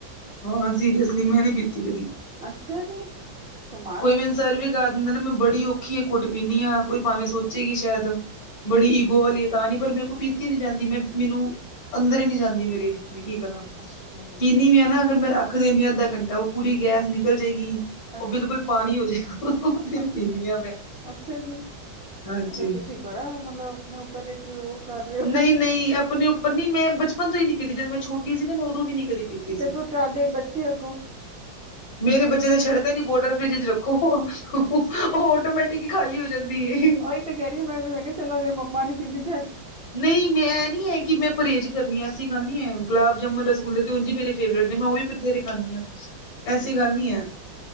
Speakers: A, on the left (about 80°); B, on the right (about 80°).
A: ਹਾਂ ਸੀਰੀਅਸਲੀ ਮੈਂ ਨੀ ਪੀਤੀ ਕਦੀ,
B: ਅੱਛਾ ਜੀ ਕਮਾਲ
A: ਕੋਈ
B: ਹੈ
A: ਮੈਨੂੰ ਸਰਵ ਵੀ ਗਾ ਦਿੰਦੇ ਨੇ ਮੈਂ ਬੜੀ ਔਖੀ ਇਕ ਘੁੱਟ ਪੀਨੀ ਹਾਂ, ਕੋਈ ਭਾਵੇਂ ਸੋਚੇ ਕੀ ਸ਼ਾਇਦ
B: ਹਮ,
A: ਬੜੀ ਈਗੋ ਵਾਲੀ ਤਾਂ ਨੀ ਪਰ ਮੇਰੇ ਕੋਲ ਪੀਤੀ ਨੀ ਜਾਂਦੀ, ਮੈਂ ਮੈਨੂੰ ਅੰਦਰ ਹੀ ਨਹੀਂ ਜਾਂਦੀ ਮੇਰੇ। ਮੈਂ ਕੀ ਕਰਾਂ,
B: ਅੱਛਾ
A: ਪੀਨੀ ਵੀ ਹਾਂ ਨਾ ਅਗਰ ਮੈਂ ਰੱਖ ਦੇਣੀ ਹਾਂ ਅੱਧਾ ਘੰਟਾ ਉਹ ਪੂਰੀ ਗੈਸ ਨਿਕਲ ਜਾਏਗੀ, ਉਹ
B: ਅੱਛਾ
A: ਬਿਲਕੁਲ ਪਾਣੀ ਹੋ ਜਾਏਗਾ ਫਿਰ
B: ਅੱਛਾ
A: ਪੀਂਦੀ ਹਾਂ ਮੈਂ
B: ਅੱਛਾ ਜੀ,
A: ਹਾਂਜੀ।
B: ਅੱਛਾ ਤੁਸੀਂ ਬੜਾ ਮਤਲਬ ਆਪਣੇ ਉੱਪਰ ਇੱਕ ਉਹ ਕਰ ਰਹੇ
A: ਨਹੀਂ-ਨਹੀਂ
B: ਹੋ
A: ਆਪਣੇ ਉੱਪਰ ਨੀ, ਮੈਂ ਬਚਪਨ ਤੋਂ ਹੀ ਨੀ ਪੀਦੀ, ਜਦੋਂ ਮੈਂ ਛੋਟੀ ਸੀ ਨਾ, ਮੈਂ ਉਦੋਂ ਵੀ ਨੀ ਕਦੀ ਪੀਤੀ
B: ਤੇ
A: ਸੀ
B: ਤੂੰ ਤੁਆਡੇ ਬੱਚੇ ਅੱਗੋਂ
A: ਮੇਰੇ ਬਚੇ ਤੇ ਛੱਡਦੇ ਨੀ, ਬੋਟਲ ਫਰਿਜ ਚ ਉਹ ਆਟੋਮੈਟਿਕ ਹੀ ਖਾਲੀ ਹੋ ਜਾਂਦੀ ਏ
B: ਤਾ ਹੀਂ ਤੇ ਕਹਿ ਰਹੀ ਮੈਂ ਵੀ, ਮੈਂ ਤੇ ਚਲੋ ਅਗਰ ਮੰਮਾ ਨੀ ਪੀਂਦੀ ਚ
A: ਨਹੀਂ ਮੈਂ ਨੀ ਹੈ ਕਿ ਮੈਂ ਪਰਹੇਜ਼ ਕਰਨੀ ਆਂ, ਐਸੀ ਗੱਲ ਨੀ ਹੈ। ਗੁਲਾਬ ਜਾਮੁਨ ਰਸਗੁੱਲਲੇ ਤੇ ਉਝਂ ਮੇਰੇ ਫੇਵਰੇਟ ਨੇ, ਮੈਂ ਉਹ ਵੀ ਬਥੇਰੇ ਖਾਂਦੀ ਹਾਂ, ਐਸੀ ਗੱਲ ਨੀ ਹੈ